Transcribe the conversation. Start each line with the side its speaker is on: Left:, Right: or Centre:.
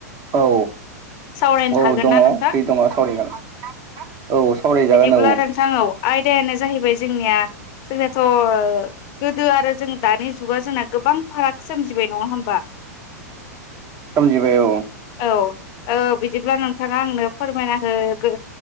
Right: औ।
Left: सावरायनो
Right: औ
Left: हागोन
Right: दङ'
Left: ना नोंथां?
Right: फ्रि दङ' सावरायगोन औ सावरायजागोन
Left: बिदिब्ला
Right: औ - औ।
Left: औ आयदायानो जाहैबाय जोंनिया जोंनिथ' गोदो आरो जों दानि जुगा जोंना गोबां फाराग सोमजिबाय, नङा होमबा?
Right: सोमजिबाय, औ।
Left: औ ओ बिदिब्ला नोंथाङा आंनो फोरमायना होगो